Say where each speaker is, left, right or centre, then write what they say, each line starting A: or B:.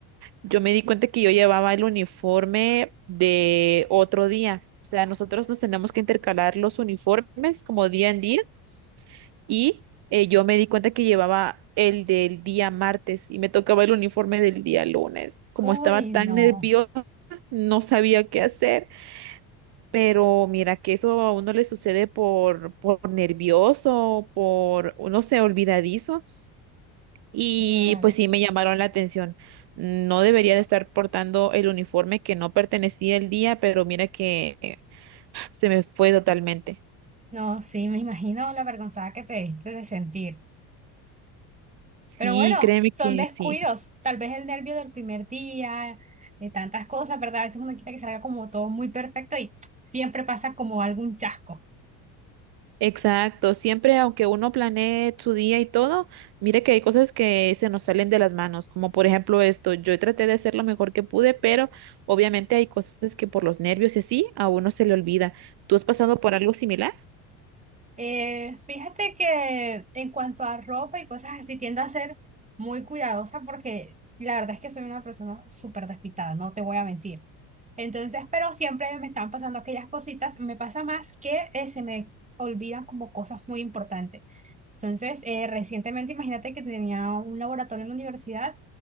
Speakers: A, on the right; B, on the right.
A: yo me di cuenta que yo llevaba el uniforme de otro día. O sea, nosotros nos tenemos que intercalar los uniformes como día en día y eh, yo me di cuenta que llevaba el del día martes y me tocaba el uniforme del día lunes. Como
B: Uy,
A: estaba tan
B: no,
A: nerviosa, no sabía qué hacer, pero mira que eso a uno le sucede por, por nervioso, por, no sé, olvidadizo. Y
B: claro.
A: pues sí me llamaron la atención. No debería de estar portando el uniforme que no pertenecía el día, pero mira que eh, se me fue totalmente.
B: No, sí, me imagino la vergonzada que te diste de sentir.
A: Sí,
B: Pero bueno,
A: créeme
B: son
A: que
B: descuidos.
A: sí.
B: Tal vez el nervio del primer día, de tantas cosas, ¿verdad? A veces uno quiere que salga como todo muy perfecto y siempre pasa como algún chasco.
A: Exacto. Siempre, aunque uno planee su día y todo, mire que hay cosas que se nos salen de las manos, como por ejemplo esto. Yo traté de hacer lo mejor que pude, pero obviamente hay cosas que por los nervios y así a uno se le olvida. ¿Tú has pasado por algo similar?
B: Eh, fíjate que en cuanto a ropa y cosas así, tiendo a ser muy cuidadosa porque la verdad es que soy una persona súper despistada, no te voy a mentir. Entonces, pero siempre me están pasando aquellas cositas, me pasa más que eh, se me olvidan como cosas muy importantes. Entonces, eh, recientemente imagínate que tenía un laboratorio en la universidad